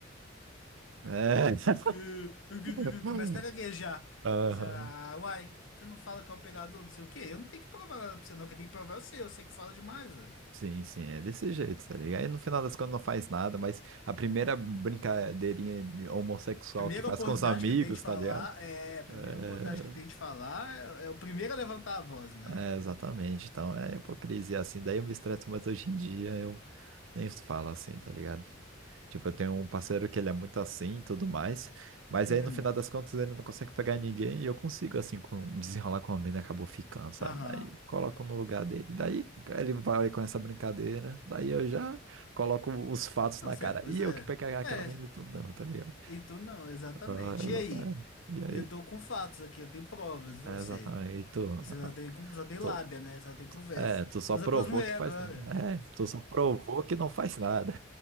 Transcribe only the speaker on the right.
É.
<laughs>
Aham.
Sim, sim, é desse jeito, tá ligado? Aí no final das contas não faz nada, mas a primeira brincadeirinha de homossexual
que faz
com os amigos,
tá ligado?
É,
é, exatamente, então é hipocrisia assim. Daí eu me estresso, mas hoje em dia eu nem falo assim, tá ligado? Tipo, eu tenho um parceiro que ele é muito assim e tudo mais, mas
aí no final das contas ele não consegue pegar ninguém e eu consigo, assim, com, desenrolar com a mina, acabou ficando, sabe?
Daí coloco no lugar dele. Daí ele vai com essa brincadeira, daí eu já coloco os fatos
na cara.
E eu
que peguei aquela
mina e tu não, tá ligado?
Ah, exatamente.
E aí?
É, exatamente. E tu,
ah,
tu,
é, tu só
provou
que faz.
né? É, tu só provou que não faz nada.